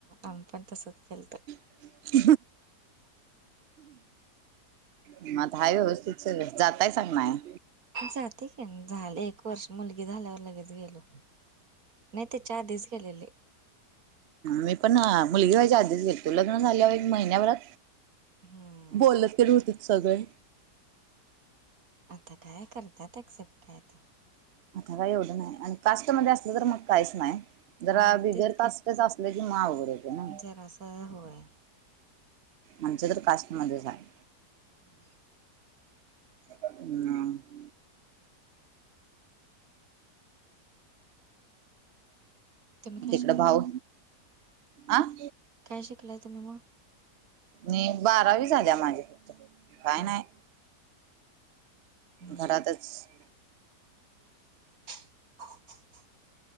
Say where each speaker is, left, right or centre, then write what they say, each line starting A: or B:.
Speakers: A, on the right; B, on the right.
A: आमी पण तसंच केलतं.
B: <inaudible> मग आता हाय व्यवस्थित सगळं, जातायसा का नाय.
A: जाते की, झालं एक वर्ष, मुलगी झाल्यावर लगेच गेलो. नाही तेच्या आधीच गेलेले.
B: मी पण मुलगी व्हायच्या आधीच गेलतो, लग्न झाल्यावर ऐक महिन्याभरात
A: हम्म.
B: बोलत तन होतीत सगळे.
A: आता काय करतात ॲक्सेप्ट काय आता.
B: आता काय एवढं नाही, आणि कास्टमध्ये असलं तर मग काहीच नाय, जरा
A: हां
B: बिगर
A: तेच की
B: कास्ट असलं की मग अवघड येतय ना
A: जरासं होय.
B: आमचं तर कास्टमध्येच हाय.
A: <inaudible>
B: हम्म.
A: तुम्ही काय
B: तिकड
A: शिकलाय
B: भाऊ? अं
A: काय शिकलाय तुम्ही मग
B: मि, बारावी झाल्या माझी. काय
A: हा
B: नाय,
A: हम्म
B: घरातच.
A: <inaudible>